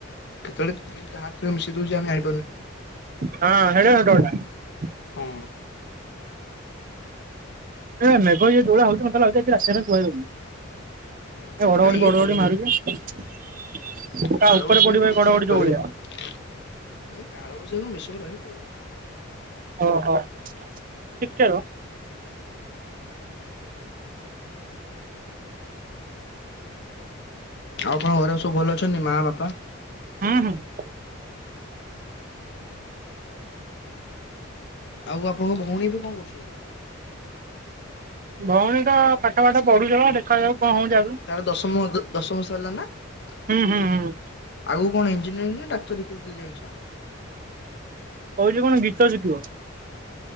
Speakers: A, on the left; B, on the right.
A: କେତୋଳେ କି କାହା କ୍ଷୀର ମିଶେଇ ଦୋଉଚି ଆମେ ଆଣି
B: ହଁ ସେଇଟା ସତ କଥା।
A: ହଁ
B: ଏ ମେଘ ଇଏ ଯୋଉ ଭଳିଆ ହଉଚି ମୋତେ ଲାଗୁଚି ଆଜି ରାତି ସାରା କୁଆ ଜଗି
A: ହୁଁ
B: ଏ ଘଡ଼ଘଡ଼ି
A: ନା ଇଏ
B: ଫଡ଼ଘଡି଼
A: କମିଯିବ
B: ମାରୁଚି କାହା
A: କାଳବୈଶାଖୀ
B: ଓପରେ ପଡ଼ିବ
A: କଣ
B: ଏ
A: ବେଶୀ
B: ଘଡ଼ଘଡ଼ି
A: ସମୟ ରହିବ।
B: ଯୋଉ ଭଳିଆ।
A: ଏଇ କାଳବୈଶାଖୀ କଁ ବେଶୀ ସମୟ ରହିବ, ପଳେଇବ।
B: ଅହ ଟିକେ ରୁହ।
A: ଆଉ ଆପଣ ଘରେ ସବୁ ଭଲ ଅଛନ୍ତି ମା, ବାପା?
B: ହୁଁ, ହୁଁ।
A: ଆଉ ଆପଣଙ୍କ ଭଉଣୀ ଏବେ କଁ କରୁଛନ୍ତି?
B: ଭଉଣୀ ତ ପାଠ ଫାଠ ପଢ଼ୁଚଆ ଦେଖାଯାଉ କଣ ହଉଚି ଆଗୁ?
A: ତାର ଦଶମ ଦ ଦଶ ବର୍ଷ ହେଲା ନାଁ?
B: ହୁଁ ହୁଁ ହୁଁ
A: ଆଗୁକୁ କଣ ଇଞ୍ଜିନିୟରିଂ ନାଁ ଡାକ୍ତରୀ କୋଉଥିରେ ଯା ଇଚ୍ଛା?
B: କହୁଚି କଣ ଗୀତ ଶିକିବ।